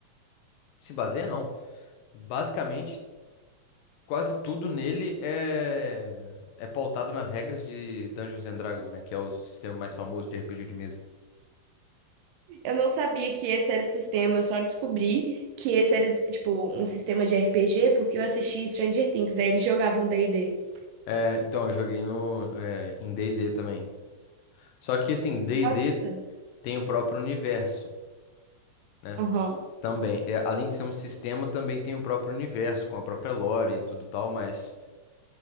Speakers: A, on the left; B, on the right.
A: se baseia não. Basicamente Quase tudo nele é é pautado nas regras de Dungeons and Dragons, né? Que é o sistema mais famoso de RPG de mesa.
B: Eu não sabia que esse era o sistema, eu só descobri que esse era, tipo, um sistema de RPG porque eu assisti Stranger Things, aí eles jogavam d e d
A: É, então, eu joguei no, é, em D&D também. Só que, assim, D&D
B: Nossa.
A: tem o próprio universo, né?
B: Aham.
A: Também. É, além de ser um sistema, também tem o próprio universo, com a própria lore e tudo tal, mas...